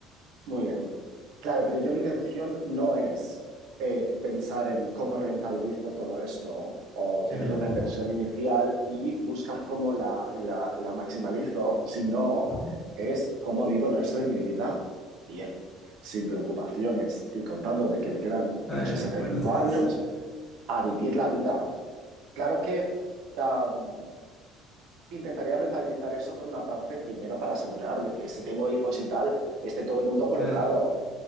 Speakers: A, on the right (about 70°); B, on the left (about 20°).
A: Muy bien. Claro, pero yo mi intención no es eh, pensar en cómo rentabilizo todo esto o
B: Claro.
A: tener una inversión inicial y buscar cómo la, la, la maximalizo, sino
B: Ujú.
A: es cómo vivo el resto de mi vida bien, sin preocupaciones y contando de que me quedan
B: Ah,
A: unos
B: ya,
A: sesenta
B: bueno,
A: y cinco
B: así
A: años
B: es.
A: a vivir la vida. Claro que am, intentaría rentabilizar eso por una parte, primero para asegurar de que si tengo hijos y tal, esté todo el mundo colocado
B: Claro.